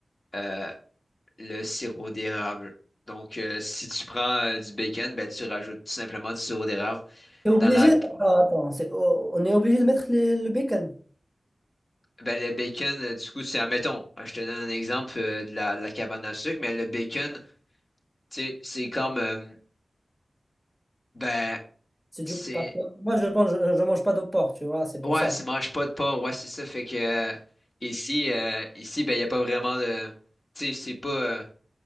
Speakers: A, on the left; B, in the centre.
A: euh, le sirop d'érable. Donc, euh, si tu prends euh, du bacon, ben, tu rajoutes tout simplement du sirop d'érable
B: T'es obligé.
A: dans la...
B: Attends, attends, c'est- o- on est obligé de mettre les- le bacon.
A: Ben, le bacon, euh, du coup, c'est, admettons, hein, je te donne un exemple euh, de la, de la cabane à sucre, mais le bacon, tu sais, c'est comme... euh, ben,
B: C'est du...
A: c'est...
B: parce que Moi, je pense, je, je mange pas de porc, tu vois, c'est pour
A: Ouais,
B: ça.
A: c'est mange pas de porc, ouais, c'est ça. Fait que euh, ici, euh, ici, ben, il n'y a pas vraiment de... Tu sais, c'est pas... euh,